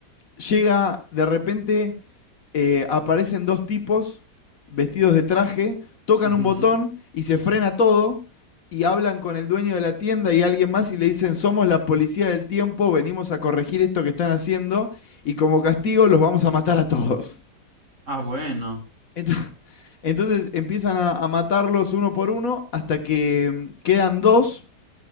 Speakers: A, on the left; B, on the right.
A: llega de repente eh, aparecen dos tipos vestidos de traje, tocan
B: ujú.
A: un botón y se frena todo y hablan con el dueño de la tienda y alguien más y le dicen, somos la policía del tiempo, venimos a corregir esto que están haciendo y como castigo los vamos a matar a todos.
B: Ah, bueno.
A: <laughs> Ento- Entonces empiezan a, a matarlos uno por uno hasta que mm, quedan dos,